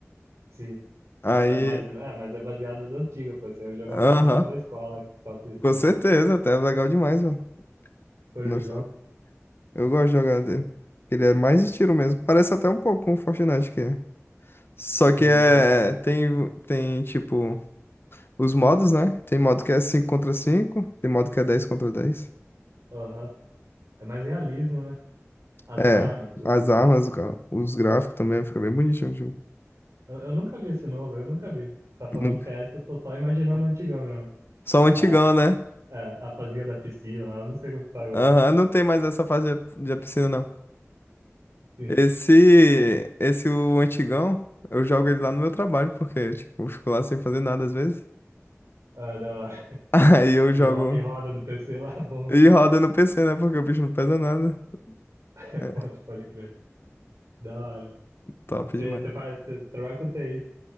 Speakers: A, on the right; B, on the left.
A: sim.
B: Aí,
A: Mas, mas, é, mas é baseado nas antigas, pô. Isso aí Eu jogava
B: aham,
A: na época da escola, Counter-Strike,
B: com certeza, até é legal demais, mano.
A: Corujão.
B: Nostálgico. Eu gosto de jogar dele. Ele é mais de tiro mesmo. Parece até um pouco com o Fortnite que é. Só
A: Sim,
B: que é.
A: sim.
B: Tem, tem tipo. Os modos, né? Tem modo que é 5 contra cinco tem modo que é dez contra dez
A: Aham. É mais realismo, né? As
B: É,
A: armas, tudo.
B: as armas, gra- os gráficos também, fica bem bonitinho o jogo.
A: Eu, eu nunca vi esse novo, eu nunca vi. Você tá falando
B: Não-
A: CS, eu tô só imaginando o antigão mesmo.
B: Só o antigão,
A: Ah,
B: né?
A: é, a fazia da piscina lá, eu não sei como que tá agora.
B: Aham, não tem mais essa fase de- da piscina, não.
A: Sim,
B: Esse,
A: pô.
B: esse o antigão, eu jogo ele lá no meu trabalho, porque, tipo, eu fico lá sem fazer nada às vezes.
A: Ah, da hora.
B: <laughs> Aí eu
A: E,
B: jogo
A: ro- e roda no PC lá, <laughs> bom.
B: e roda no PC, né? Porque o bicho não pesa nada.
A: É,
B: É,
A: Pode, pode crer. Da hora.
B: top
A: Você
B: demais.
A: você faz, você trabalha com TI.